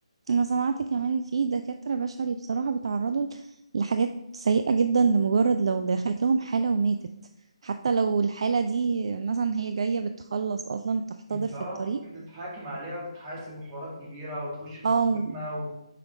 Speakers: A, on the right; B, on the right.
A: انا سمعت كمان في دكاترة بشري بصراحة بيتعرضوا لحاجات سيئة جدا لمجرد لو دخلت لهم حالة وماتت حتى لو الحالة دي مثلا هي جاية بتخلص اصلا وبتحتضر
B: انت
A: في
B: اه
A: الطريق
B: ممكن تتحاكم عليها وتتحاسب وحوارات كبيره وتخش في
A: او
B: محاكمه